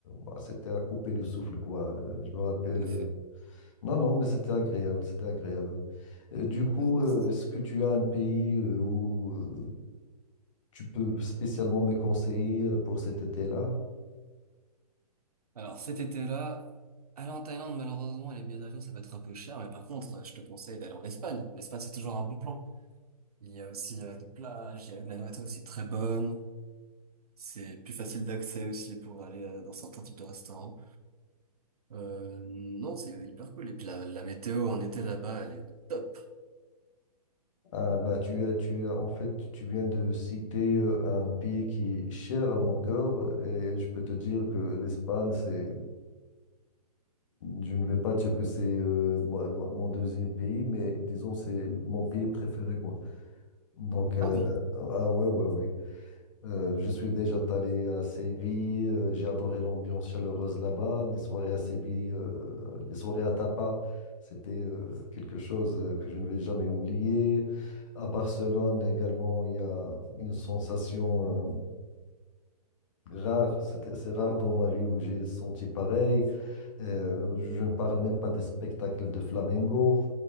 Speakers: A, on the left; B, on the right.
A: bah, c'était à couper le souffle, quoi. Euh, Je me rappelle.
B: Tout à
A: euh,
B: fait.
A: Non, non, mais c'était agréable, c'était agréable. Euh, du
B: Ouais,
A: coup,
B: c'est-
A: euh,
B: c'est-
A: est-ce que tu as un pays euh, où euh, tu peux spécialement me conseiller euh, pour cet été-là?
B: Alors, cet été-là, aller en Thaïlande, malheureusement, les billets d'avion, ça peut être un peu cher, mais par contre, je te conseille d'aller en Espagne. L'Espagne, c'est toujours un bon plan. Il y a aussi euh, des plages, il y a- la nourriture aussi très bonne. c'est plus facile d'accès aussi pour aller euh, dans certains types de restaurants. Euh, non, c'est hyper cool. Et puis la, la météo en été là-bas, elle est au top.
A: Ah, bah, tu, as- tu, as- en fait, tu viens de citer euh, un pays qui est cher à mon cœur et je peux te dire que l'Espagne, c'est, je ne vais pas dire que c'est euh, moi- moi- mon deuxième pays, mais disons, c'est mon pays préféré, quoi. Donc, euh,
B: Ah bon?
A: ah ouais, ouais, ouais. Euh, je suis déjà allé à Séville, euh, j'ai adoré l'ambiance chaleureuse là-bas. Les soirées à Séville, euh, les soirées à Tapa, c'était euh, quelque chose euh, que je ne vais jamais oublier. À Barcelone également, il y a une sensation euh, rare. C'était- C'est rare dans ma vie où j'ai senti pareil. Euh, je ne parle même pas des spectacles de flamenco.